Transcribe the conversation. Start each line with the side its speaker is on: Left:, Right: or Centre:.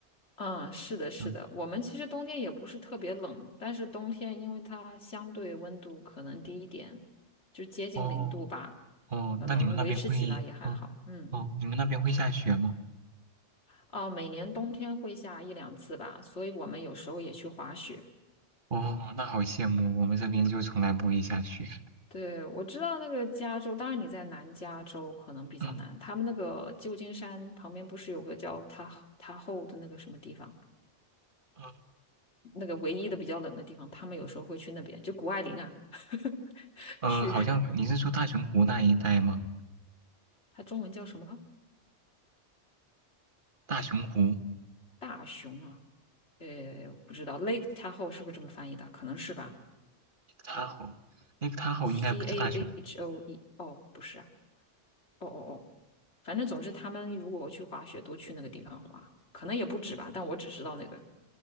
Left: 嗯，是的，是的，
Right: 嗯，
Left: 我们其实冬天也不是特别冷，但是冬天因为它相对温度可能低一点，就接近零度吧，
Right: 哦哦，
Left: 可能维持起来也还好。
Right: 那你们那边会，嗯，
Left: 嗯，
Right: 哦，你们那边会下雪吗？
Left: 啊，每年冬天会下一两次吧，所以我们有时候也去滑雪。
Right: 哦，那好羡慕，我们这边就从来不会下雪。
Left: 对，我知道那个加州，当然你在南加州可能比较难，
Right: 嗯，
Left: 他们那个旧金山旁边不是有个叫塔塔后的那个什么地方，
Right: 呃，
Left: 那个唯一的比较冷的地方，他们有时候会去那边，就谷爱凌啊，<laughs>
Right: 呃好像你是说大熊湖那一带吗？
Left: 去。它中文叫什么？
Right: 大熊湖，Lake
Left: 大熊啊？呃，我不知道 Lake Tahoe 是不是这么翻译的？可能是吧。
Right: t a h o e l a Tahoe
Left: T
Right: 应该不是大熊，
Left: A H O E 哦，不是啊，哦哦哦，反正总之他们如果去滑雪都去那个地方滑，可能也不止吧，但我只知道那个。